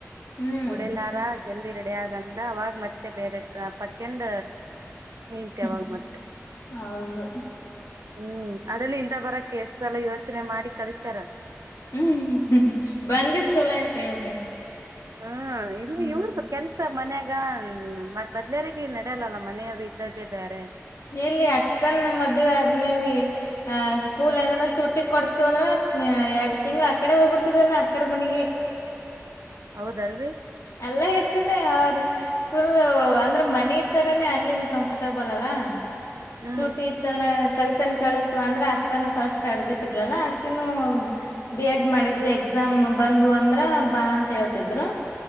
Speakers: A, on the left (about 85°); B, on the right (about 85°).
A: ಹ್ಮ್
B: <unintelligible> ಜನ. ಜಲ್ದಿ ರೆಡಿ ಆಗಂದ ಅವಾಗ ಮತ್ತೆ ಬೇರೆ. ಟಾಪ್ ಹಾಕ್ಯಂಡ. ನಿಂತ್ಯ
A: ಹ್ಮ್
B: ಅವಾಗ ಮತ್ತ.
A: ಹೌದು
B: ಹ್ಮ್. ಅದನ್ನು ಇಂದ ಬರಕ್ಕ ಎಷ್ಟ ಸಲ ಯೋಚನೆ ಮಾಡಿ ಕಳಿಸ. <unintelligible>
A: ಹ್ಮ್್ಮ್ಮ ಬಂದಿತ್ ಚೊಲೋ ಆಯ್ತ್ ಹೇಳ್ರಿ
B: ಹ್ಮ್ ಇಲ್ಲ
A: ಹ್ಮ್
B: ಇವರು ಕೆಲ್ಸ ಮನ್ಯಾಗ ಹ ಮ ಬದ್ಲೇಾರ ನಡೆಯಲ್ಲಲ್ಲ ಮನೆ ಇದ್ದದ್ದೇ ಬೇರೆ
A: ಎಲ್ಲಿ ಅಕ್ಕನ್ ಮದ್ವೆ ಆದ್ಮೇಲೆ ಅ ಸ್ಕೂಲ್ ಏನಾರ ಸೂಟಿ ಕೊಡ್ತು ಅಂದ್ರ ಎರಡ್ ತಿಂಗಳ ಅಕಡೆ ಹೋಗ್ಬಿಡ್ತಿದಾನ ಅಕ್ಕರ್ ಮನಗ
B: ಹೌದಲ್ರರಿ
A: ಅಲ್ಲ ಇರ್ತಿದೆ ಅವರು ಫುಲ್ ಅಂದ್ರ ಮನಿತರನೇ ಅಲ್ಲಿನು ಕಂಫರ್ಟಬಲ್ ಅಲ್ಲ
B: ಹ್ಮ್
A: ಸೂಟಿ ಇತ್ತ ಅಂದ್ರೆ ಕವಿತನ್ ಕಳಸವ ಅಂದ್ರ ಅಕ್ಕನು ಫಸ್ಟ್ ಅಡದಿದ್ಲಲ್ಲಾ ಅಕ್ಕಿನ ಬಿ ಎಡ್ ಮಾಡಿದ್ಲು ಎಕ್ಸಾಮ್ ಬಂದ್ವ ಅಂದ್ರ ಬಾ ಅಂತ ಹೇಳ್ತಿದ್ರು